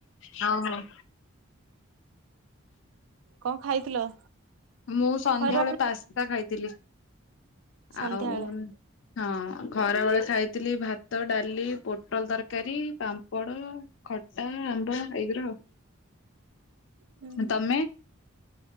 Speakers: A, on the left (about 65°); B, on the right (about 80°).
A: ହଉ ହ।
B: କଣ ଖାଇଥିଲ?
A: ମୁଁ ସନ୍ଧ୍ୟାବେେଳେ
B: ଖରାବେଳେ
A: ପାସ୍ତା ଖାଇଥିଲି
B: ସନ୍ଧ୍ୟାବେଳେ
A: ଆଉ ହଁ ଖରା ବେଳେ ଖାଇଥିଲି ଭାତ ଭାତ ଡାଲି ପୋଟଲ ତରକାରୀ ପାମ୍ପଡ଼ ଖଟା ଆମ୍ବ ଏଇଗୁରା ଆଉ।
B: ହୁଁ।
A: ତମେ?